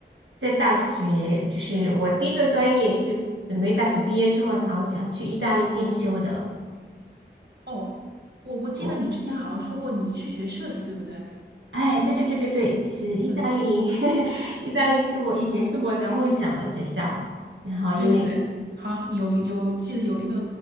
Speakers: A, on the right; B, on the right.
A: 在大学，就是我第一个专业就准备大学毕业之后，然后想去意大利进修的。
B: 哦，我我记得你之前好像说过你是学设计，
A: 我，
B: 对不对？
A: 哎，对对对对对，就是意大利，
B: 嗯，
A: <laughs> 意大利是我以前是我的梦想的学校，然后因为
B: 对对对，好像有有记得有一个